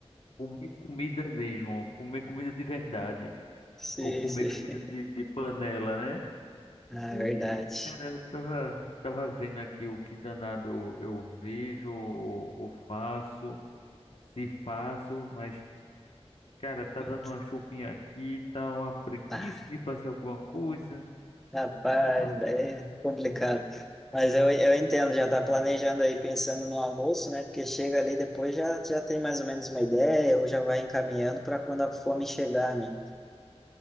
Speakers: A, on the left; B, in the centre.
A: comer comida mesmo, comer comida de verdade,
B: Sim,
A: ou comer
B: sim.
A: comida de
B: <laughs>
A: de panela, né?
B: Ah,
A: E,
B: é verdade.
A: cara, eu tava, tava vendo aqui o que danado eu vejo, ou, ou faço, se faço, mas, cara, tá
B: Eu-
A: dando uma chuvinha aqui, tá uma preguiça
B: tá.
A: de fazer alguma coisa.
B: Rapaz,
A: Ah, eu-
B: daí é complicado. Mas eu, eu entendo, já tá planejando aí, pensando no almoço, né? Porque chega ali depois já, já tem mais ou menos uma ideia, ou já vai encaminhando para quando a fome chegar, né?